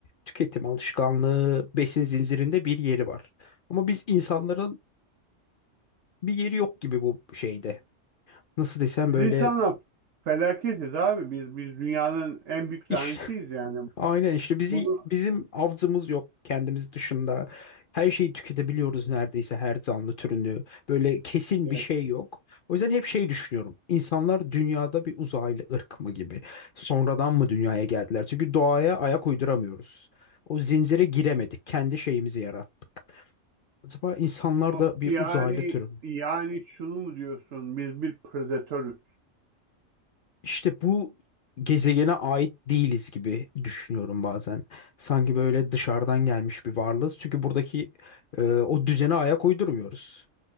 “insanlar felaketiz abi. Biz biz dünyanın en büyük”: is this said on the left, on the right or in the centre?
Right